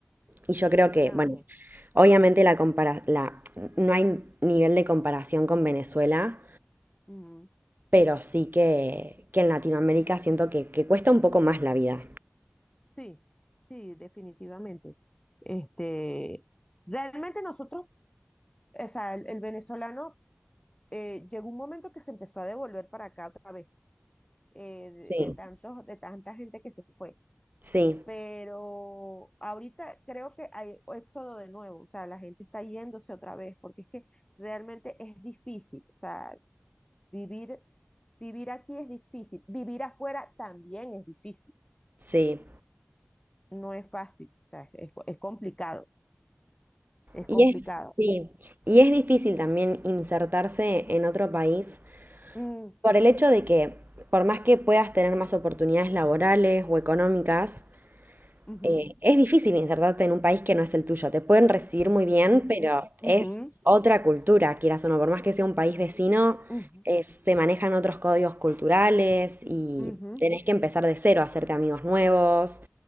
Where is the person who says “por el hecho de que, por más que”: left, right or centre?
Right